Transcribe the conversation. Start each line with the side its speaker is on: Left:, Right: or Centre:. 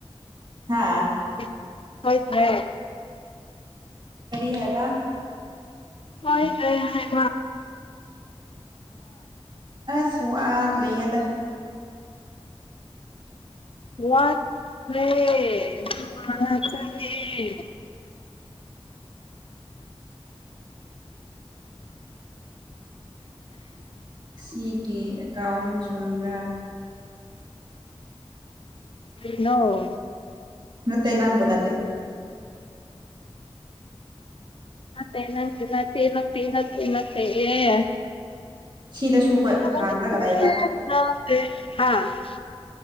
Right: ꯍꯥ
Left: ꯍꯣꯏꯦ
Right: ꯀꯔꯤ ꯍꯥꯏꯕ
Left: ꯍꯣꯏ ꯂꯩ ꯍꯥꯏ
Right: ꯑ ꯁ꯭ꯋꯥꯠ ꯂꯩꯌꯦꯗ
Left: ꯋꯥ <unintelligible> <inaudible>
Right: ꯁꯤꯒꯤ ꯑꯦꯀꯥꯎꯟ ꯆꯨꯝꯕ꯭ꯔꯥ
Left: ꯅꯣ
Right: ꯃꯠꯇꯦ ꯅꯪꯕꯨ ꯅꯠꯇꯦ
Left: ꯅꯠꯇ ꯅ ꯅ ꯅ ꯅ
Right: ꯁꯤꯗꯁꯨ ꯑꯩꯈꯣꯏ
Left: ꯅꯠꯇ
Right: ꯍꯥꯡꯔꯒ ꯂꯩꯕ
Left: ꯑꯦ <inaudible>